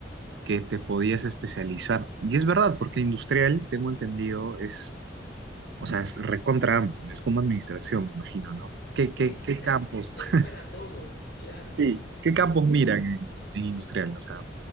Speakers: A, on the right; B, on the left.
A: que te podías especializar. Y es verdad, porque industrial, tengo entendido, es, o sea, es recontra amplio. Es como administración, me imagino, ¿no? ¿Qué, qué,
B: Sí,
A: qué
B: <laughs>
A: campos,
B: es
A: <laughs>
B: para todo, claro.
A: Sí. qué campos miran en, en industrial? O sea,